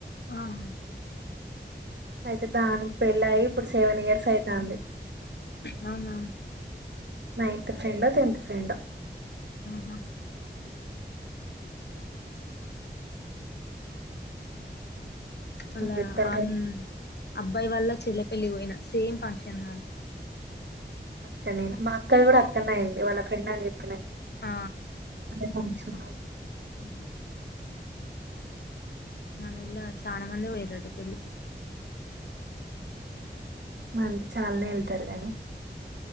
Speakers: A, on the left; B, on the right.
A: ఆహా
B: అయితే దానికి పెళ్ళయి ఇప్పుడు సెవెన్ ఇయర్స్ అయితంది
A: అవునా
B: నైన్త్ ఫ్రెండ్ ఓ టెన్త్ ఫ్రెండ్ ఒ
A: ఆహా
B: నేను
A: అళ్ళ
B: చెప్తాను
A: అ
B: రండి
A: అబ్బాయి వల్ల చెల్లె పెళ్లి పోయిన సేమ్ ఫంక్షన్ హాల్
B: అక్కననా మా అక్క కూడా అక్కనే అయిది వాళ్ళ ఫ్రెండ్ అని చెప్పిన
A: ఆ
B: <inaudible>
A: ఉ మన ఊళ్ళ చనా మంది పోయిలు పెళ్ళికి
B: మాంద చాలానే వెళ్తారు గానీ